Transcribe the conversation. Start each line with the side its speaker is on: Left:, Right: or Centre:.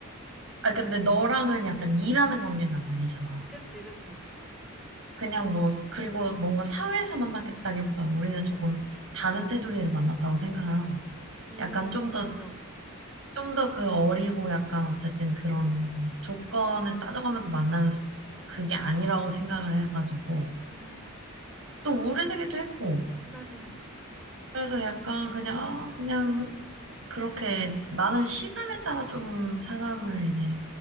Right: 아, 근데 너랑은 약간 일하는 관계는 아니잖아.
Centre: 그치, 그쵸.
Right: 그냥 뭐, 그리고 뭔가 사회에서 만났겠다기보다 우리는 조금 다른 테두리에서 만났다고 생각을 하거든.
Centre: 음,
Right: 약간 좀 더,
Centre: 맞아.
Right: 좀 더 그 어리고 약간 어쨌든 그런 뭐 조건을 따져가면서 만나는 스- 그게 아니라고 생각을 해가지고.
Centre: 음,
Right: 또 오래되기도 했고.
Centre: 맞아.
Right: 그래서 약간 그냥, 아, 그냥 그렇게 나는 시간에 따라 좀 사람을 이제